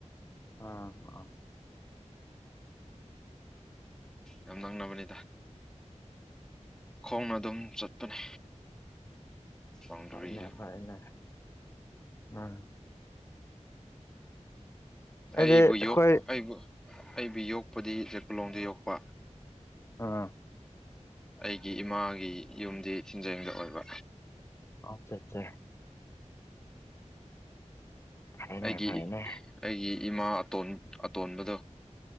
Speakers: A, on the left; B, in the centre.
A: ꯑꯥ
B: ꯌꯥꯝ ꯅꯥꯡꯅꯕꯅꯤꯗ ꯈꯣꯡꯅ ꯑꯗꯨꯝ ꯆꯠꯄꯅꯦ ꯕꯥꯎꯟꯗꯔꯤꯗꯣ
A: ꯑꯗꯨꯅꯦ ꯑꯗꯨꯅꯦ ꯎꯝ ꯑꯩꯗꯤ
B: ꯑꯩꯕꯨ
A: ꯑꯩꯈꯣꯏ
B: ꯌꯣꯛ ꯑꯩꯕꯨ ꯑꯩꯕꯨ ꯌꯣꯛꯄꯗꯤ ꯆꯖꯀꯨꯂꯣꯡꯗ ꯌꯣꯛꯄ
A: ꯑꯥ
B: ꯑꯩꯒꯤ ꯏꯃꯥꯒꯤ ꯌꯨꯝꯗꯤ ꯊꯤꯟꯖꯩꯗ ꯑꯣꯏꯕ
A: ꯑꯆꯥ ꯑꯠꯆꯥ ꯐꯩꯅꯦ
B: ꯑꯩꯒꯤ
A: ꯐꯩꯅꯦ
B: ꯑꯩꯒꯤ ꯏꯃꯥ ꯑꯇꯣꯟ ꯑꯇꯣꯟꯕꯗꯣ